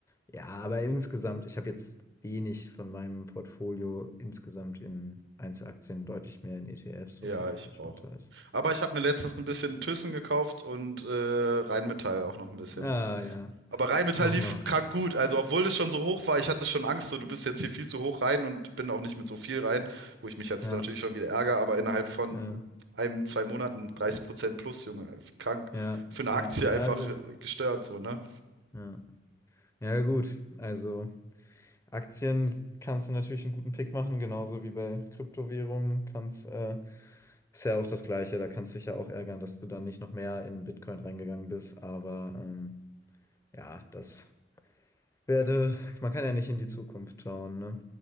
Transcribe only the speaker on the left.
ja, aber insgesamt, ich habe jetzt wenig von meinem Portfolio insgesamt in Einzelaktien, deutlich mehr in ETFs,
was halt
auch entspannter
ist.
Ah ja,
nochmal.
Ja,
ja,
ja,
ja,
ja,
gut.
Ja, ja, gut. Also Aktien kannst du natürlich einen guten Pick machen, genauso wie bei Kryptowährungen kannst, äh, ist ja auch das Gleiche. Da kannst du dich ja auch ärgern, dass du dann nicht noch mehr in Bitcoin reingegangen bist, aber ähm, ja, das. werde, man kann ja nicht in die Zukunft schauen, ne?